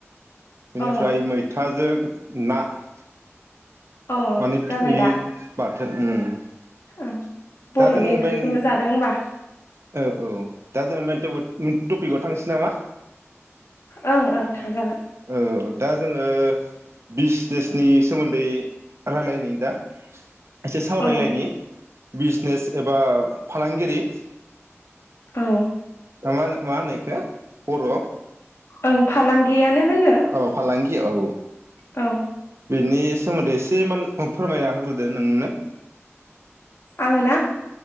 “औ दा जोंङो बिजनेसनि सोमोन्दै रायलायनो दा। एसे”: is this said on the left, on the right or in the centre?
Right